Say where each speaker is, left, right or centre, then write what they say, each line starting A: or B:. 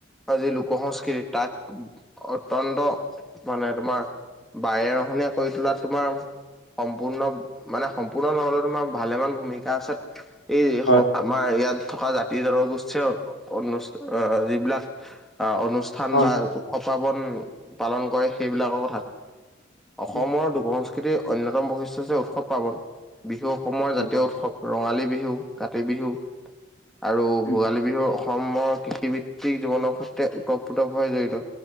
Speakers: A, in the centre; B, on the left.
A: যি লোক সংস্কৃতি তাক অত্যয়ন্ত মানে তোমাৰ বায়ে ৰহনীয়া কৰি তোলা তোমাৰ সম্পূৰ্ণ মানে সম্পূৰ্ণ নহ'লে তোমাৰ ভালে মান ভূমিকা আছে এই
B: হয়
A: আমাৰ ইয়াত থকা জাতি-জনগোষ্ঠীয়, অনুষ্ঠ যিবিলাক আ অনু ঠান
B: হয়
A: বা উৎসৱ-পাৰ্বন পালন কৰে সেইবিলাকৰ কথা। অসমৰ
B: উম
A: দু কৃতিৰ অন্যতম বৈশিষ্ট্য হৈছে, উৎসৱ-পাৰ্বন। বিহু অসমৰ
B: হয়
A: জাতীয় উৎসৱ। ৰঙালী বিহু, কাতি বিহু, আৰু
B: উম
A: ভোগালী বিহু অসমৰ কৃষি কি জীৱনৰ সৈতে ওতঃপ্ৰোতপভ জড়িত।